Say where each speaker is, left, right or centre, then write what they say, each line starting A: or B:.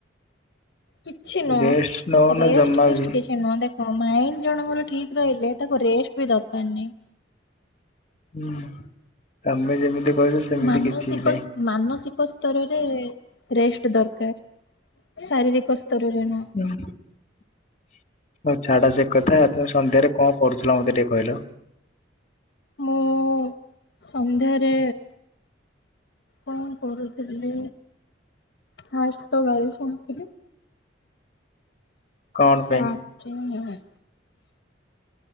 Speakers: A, on the left (about 60°); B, on the left (about 40°).
A: କିଛି ନୁହ?
B: ରେଷ୍ଟ ନଉନ
A: ରେଷ୍ଟ
B: ଜମା
A: ଫେଷ୍ଟ
B: ବି
A: କିଛି ନୁହ ଦେଖ ମାଇଣ୍ଡ ଜଣଙ୍କର ଠିକ ରହିଲେ ତାକୁ ରେଷ୍ଟ ବି ଦରକାର ନାହିଁ।
B: ହୁଁ ତମେ ଯେମିତି କହୁଛ ସେମିତି
A: ମାନସିକ
B: କିଛି ବି ନାହିଁ।
A: ମାନସିକ ସ୍ତରରେ ରେଷ୍ଟ ଦରକାର। ଶାରୀରିକ ସ୍ତରରେ ନୁହଁ।
B: ହୁଁ। ଛାଡ ସେକଥା ଏଥର ସନ୍ଧ୍ୟାରେ କଣ କରୁଥିଲ ମତେ ଟିକେ କହିଲ?
A: ମୁଁ ସନ୍ଧ୍ୟାରେ କଣ କରୁଥିଲି ଫାଷ୍ଟତ ଗାଳି ଶୁଣିଥିଲି।
B: କଣ ପାଇଁ
A: ତାପରେ